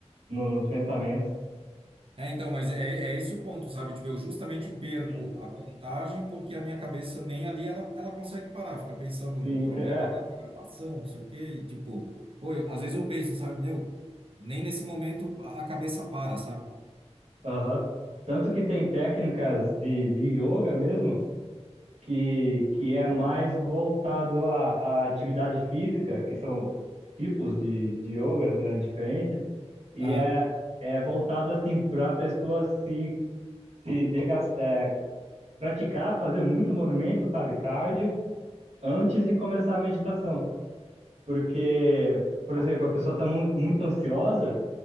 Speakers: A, on the right; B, on the right.
A: no- nos pensamentos.
B: É, então, mas é, é esse o ponto, sabe? Tipo, eu justamente perco
A: Sim,
B: a contagem porque a minha cabeça nem ali ela, ela consegue parar, fica pensando
A: sim,
B: no problema
A: ent- é.
B: da programação, não sei o quê, e tipo, pô, eu- às vezes eu penso, sabe, meu, nem nesse momento a a cabeça para, sabe?
A: aham. Tanto que tem técnicas de, de yoga mesmo, que, que é mais voltado à, à atividade física, que são tipos de, de yogas, né, diferentes, e
B: Aham,
A: é, é voltado assim para a pessoa se, se degas- é, praticar, fazer muito movimento, sabe, cardio, antes de começar a meditação. Porque, por exemplo, a pessoa está muito ansiosa